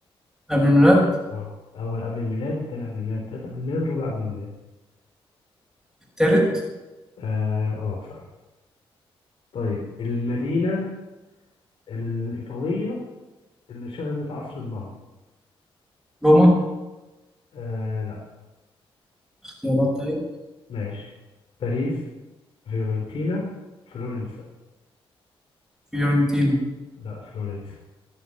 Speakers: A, in the centre; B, on the left (about 65°).
A: قبل الميلاد
B: اه اول قبل الميلاد التاني قبل الميلاد التالت قبل الميلاد الرابع قبل الميلاد
A: التالت
B: اه اه صح طيب المدينة الإيطالية اللي شهدت عصر النهضة
A: روما
B: آه لا
A: اختيارات طيب
B: ماشي باريس فيورنتينا فلورنسا
A: فيورنتينا
B: لا فلورنسا